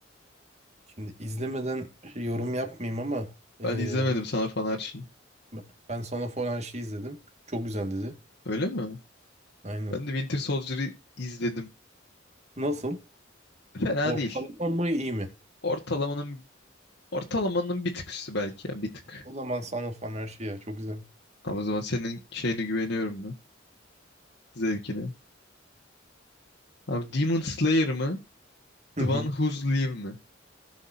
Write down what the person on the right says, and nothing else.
Şimdi izlemeden şey, yorum yapmayayım ama ee,
ben ben sana falan şey izledim. Çok güzel dedi.
Aynen.
Nasıl?
Ortalama
mı iyi mi?
O zaman sana falan her şey ya çok güzel.
Hı
hı.